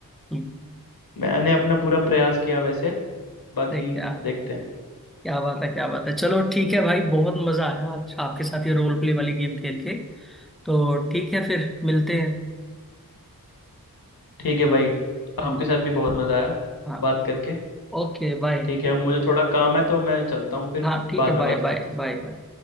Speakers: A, in the centre; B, on the left.
A: हम्म,
B: मैंने अपना पूरा प्रयास किया वैसे बाकी
A: सही क्या
B: देखते हैं
A: क्या बात है क्या बात है चलो ठीक है भाई बहुत मजा आया आज आपके साथ ये रोल प्ले वाली गेम खेल के तो ठीक है फिर मिलते हैं
B: ठीक है भाई
A: हम्म,
B: आपके साथ भी बहुत मजा आया
A: हाँ
B: बात करके
A: ओके बाय
B: ठीक है अब मुझे थोड़ा काम है तो मैं चलता हूँ फिर
A: हाँ ठीक
B: बाद
A: है
B: में
A: बाय
B: बात करते
A: बाय
B: हैं
A: बाय बाय